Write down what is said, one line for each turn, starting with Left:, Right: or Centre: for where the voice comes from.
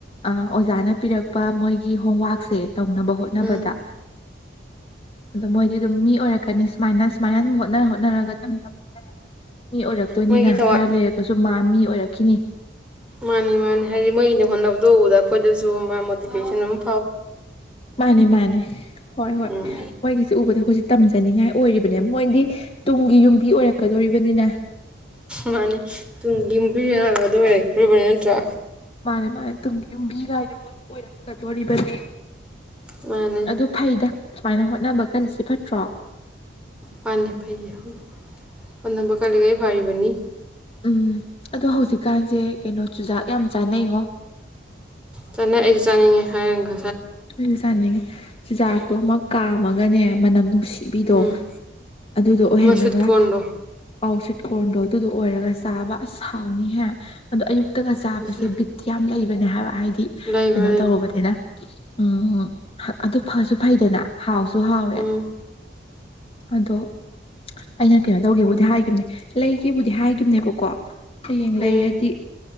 Left: ꯑꯣꯖꯥꯅ ꯄꯤꯔꯛ ꯑ ꯃꯣꯏꯒꯤ ꯍꯣꯝꯋꯥꯔꯛꯁꯦ ꯇꯧꯅꯕ ꯍꯣꯠꯅꯕꯗ
Centre: ꯎꯝ
Left: ꯑꯗꯣ ꯃꯣꯏꯗꯤ ꯑꯗꯨꯝ ꯃꯤ ꯑꯣꯏꯔꯛꯀꯅꯤ ꯁꯨꯃꯥꯏꯅ ꯁꯨꯃꯥꯏꯅ ꯑꯗꯨꯝ ꯍꯣꯠꯅꯔ ꯍꯣꯠꯅꯔꯒꯝ ꯍꯣꯠꯅꯔꯒ ꯃꯤ ꯑꯣꯏꯔꯛꯇꯣꯏꯅꯤꯅ
Centre: ꯃꯣꯏꯒꯤ ꯊꯋꯥꯏ
Left: ꯈꯔ ꯂꯩꯔꯒꯁꯨ ꯃꯥ ꯃꯤ ꯑꯣꯏꯔꯛꯈꯤꯅꯤ
Centre: ꯃꯥꯅꯤ ꯃꯥꯅꯤ ꯍꯥꯏꯗꯤ ꯃꯩꯅ ꯍꯣꯠꯅꯕꯗ ꯎꯧꯕꯗ ꯑꯩꯈꯣꯏꯗꯁꯨ ꯃꯥ ꯃꯣꯇꯤꯚꯦꯁꯟ ꯑꯗꯨꯝ
Left: ꯃꯥꯅꯦ ꯃꯥꯅꯦ ꯍꯣꯏ ꯍꯣꯏ
Centre: ꯎꯝ
Left: ꯃꯣꯏꯒꯤꯁꯦ ꯎꯕꯗ ꯑꯩꯈꯣꯏꯁꯦ ꯇꯝꯖꯅꯤꯡꯉꯥꯏ ꯑꯣꯏꯔꯤꯕꯅꯦ ꯃꯣꯏꯗꯤ ꯇꯨꯡꯒꯤ ꯌꯨꯝꯕꯤ ꯑꯣꯏꯔꯛꯀꯗꯣꯔꯤꯕꯅꯤꯅ
Centre: ꯃꯥꯅꯤ ꯇꯨꯡꯒꯤ ꯌꯨꯝꯕꯤꯔꯂꯕ ꯑꯗꯨ ꯑꯣꯏꯔꯛꯇꯣꯔꯤꯕꯅꯤ ꯅꯠꯇ꯭ꯔꯥ
Left: ꯃꯥꯅꯦ ꯃꯥꯅꯦ ꯌꯨꯝꯕꯤꯒꯥꯏꯗꯣꯏ ꯑꯣꯏꯔꯛꯀꯗꯣꯔꯤꯕꯅꯤ
Centre: ꯃꯥꯅꯦ
Left: ꯑꯗꯨ ꯐꯩꯗ ꯁꯨꯃꯥꯏꯅ ꯍꯣꯠꯅꯕ ꯀꯜꯂꯤꯁ ꯐꯠꯇ꯭ꯔꯣ
Centre: ꯄ ꯐꯩꯌꯦꯦ ꯑꯅ ꯄ ꯀ ꯂꯩꯒꯩ ꯐꯥꯔꯤꯕꯅꯤ
Left: ꯎꯝ ꯑꯗꯣ ꯍꯧꯖꯤꯛꯀꯥꯟꯁꯦ ꯀꯩꯅꯣ ꯆꯨꯖꯥꯛ ꯌꯥꯝ ꯆꯥꯅꯩꯉꯣ
Centre: ꯆꯠꯅ ꯑꯩꯗꯤ ꯆꯥꯅꯤꯡꯉꯦ ꯍꯥꯏꯔꯒ
Left: ꯀ ꯆꯥꯅꯤꯡꯉꯤ ꯆꯤꯟꯖꯥꯛꯇꯣ ꯑꯃ ꯀꯥꯝꯃꯒꯅꯦ ꯃꯅꯝ ꯅꯨꯡꯁꯤ ꯇꯤꯚꯤꯗꯣ
Centre: ꯎꯝ
Left: ꯑꯗꯨꯗꯣ ꯑꯣꯏꯍꯜꯂꯒ
Centre: ꯑꯃ ꯁ꯭ꯋꯤꯠ ꯀꯣꯔꯟꯗꯣ
Left: ꯄꯥꯎ ꯁꯤꯠꯀꯣꯟꯗꯣ ꯑꯗꯨꯗꯣ ꯑꯣꯏꯔꯒ ꯆꯥꯕ ꯑꯁ ꯁꯥꯎꯅꯤꯍꯦ ꯑꯗꯣ ꯑꯌꯨꯛꯇ ꯛꯇꯒ ꯆꯥꯕꯁꯦ
Centre: ꯑꯗꯨꯁꯨ
Left: ꯕꯤꯠ ꯌꯥꯝ ꯂꯩꯕꯅꯦ ꯍꯥꯏꯕ ꯍꯥꯏꯗꯤ
Centre: ꯂꯩꯕ
Left: ꯀꯩꯅꯣ
Centre: ꯂꯩꯕ
Left: ꯇꯧꯔꯨꯔꯕꯅꯤꯅ ꯎꯝ ꯑꯗꯨ ꯐꯁꯨ ꯐꯩꯗꯅ ꯍꯥꯎꯁꯨ ꯍꯥꯎꯔꯦ
Centre: ꯎꯝ
Left: ꯑꯗꯣ ꯑꯩꯅ ꯀꯩꯅꯣ ꯇꯧꯒꯦꯕꯨꯗꯤ ꯍꯥꯏꯈꯤꯕꯅꯦ ꯂꯩꯒꯕꯨꯗꯤ ꯍꯥꯏꯒꯤꯈꯤꯕꯅꯦꯕꯀꯣ ꯍꯌꯦꯡ
Centre: ꯎꯝ
Left: ꯂꯩꯔꯗꯤ